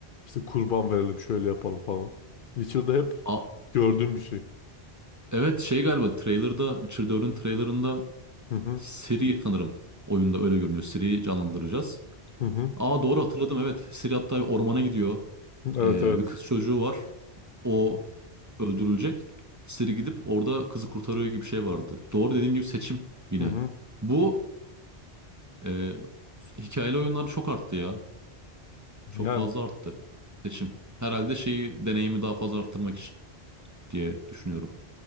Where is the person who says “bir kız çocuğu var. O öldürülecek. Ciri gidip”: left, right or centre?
Right